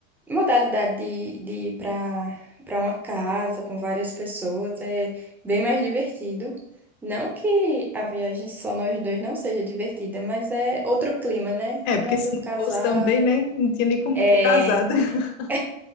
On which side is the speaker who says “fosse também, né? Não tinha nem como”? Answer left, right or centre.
Left